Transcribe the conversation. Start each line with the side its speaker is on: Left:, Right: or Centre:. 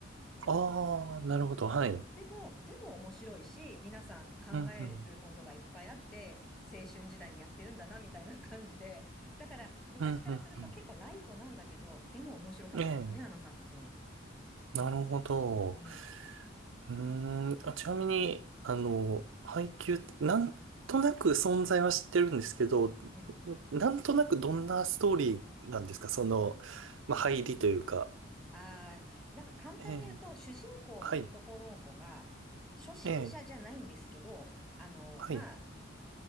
Right: ああ、なるほど。はい。
Centre: でも、でも面白いし、皆さん考えることがいっぱいあって、
Right: うん、うん。
Centre: 青春時代にやってるんだな、みたいな感じで。だから、昔からすると結構ライトなんだけど、
Right: うん、うん。うん
Centre: でも面白かったですね、
Right: ええ、
Centre: あの作品。
Right: なるほど。
Centre: うん。
Right: うーん、あ、ちなみに、あの、配給って、なんとなく存在は知ってるんですけど、
Centre: うん。
Right: なんとなくどんなストーリーなんですかその、まあ、入りというか。
Centre: ああ、なんか簡単に言うと、
Right: ええ、
Centre: 主人公の男の子が、
Right: はい、
Centre: 初心者じゃないんですけど、
Right: ええ、
Centre: あの、
Right: はい、
Centre: まあ、